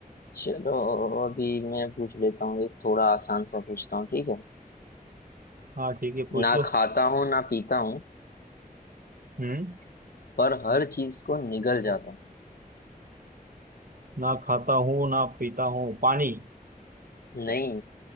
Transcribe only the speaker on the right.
हाँ ठीक है पूछ
लो
हम्म
ना खाता हूँ ना पीता हूँ पानी